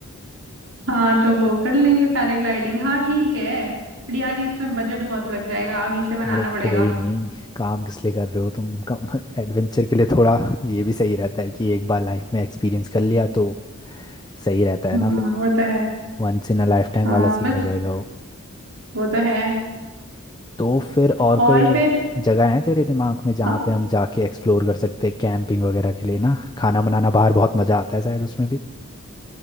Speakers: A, on the right (about 65°); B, on the left (about 20°).
A: हाँ तो वो कर लेंगे पैराग्लाइडिंग हाँ ठीक है बट यार ये इसमें बजट बहुत लग जाएगा अभी से बनाना
B: अरे
A: पड़ेगा
B: कोई नहीं काम किस लिए कर रहे हो तुम कम एडवेंचर के लिए थोड़ा ये भी सही रहता है कि एक बार लाइफ में एक्सपीरियंस कर लिया तो सही रहता है
A: हाँ
B: ना फिर
A: वो तो है
B: Once in a lifetime
A: हाँ
B: वाला सीन
A: बस
B: हो जाएगा वो
A: वो तो है
B: तो फिर और
A: और
B: कोई
A: फिर
B: जगह है तेरे दिमाग में जहाँ
A: हाँ।
B: पे हम जाके एक्सप्लोर कर सकते हैं कैंपिंग वगैरह के लिए ना खाना बनाना बाहर बहुत मज़ा आता है शायद उसमें भी